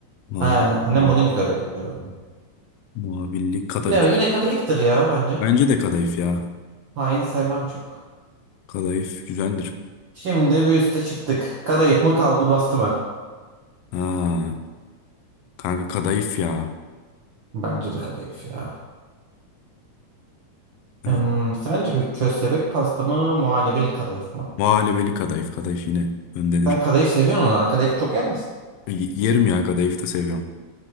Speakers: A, on the left; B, on the right.
A: Vallahi
B: He, annem
A: bilmiyorum.
B: bunu güzel yapıyor galiba.
A: Muhabirlik kadayıf.
B: Yine, yine kadayıftır ya bence.
A: Bence de kadayıf ya.
B: Tayin sevmem çok.
A: Kadayıf güzeldir.
B: Şimdi bir üste çıktık. Kadayıf mı, kalburbastı mı?
A: Ha, kanka kadayıf ya.
B: Bence de kadayıf ya.
A: Ee,
B: Hmm, sence bir köstebek pasta mı, muhallebelik kadayıf mı?
A: Muhallebeli kadayıf. Kadayıf yine öndedir.
B: Sen kadayıf seviyorsun o zaman. Kadayıf çok yer misin?
A: Y- yerim ya kadayıf da seviyorum.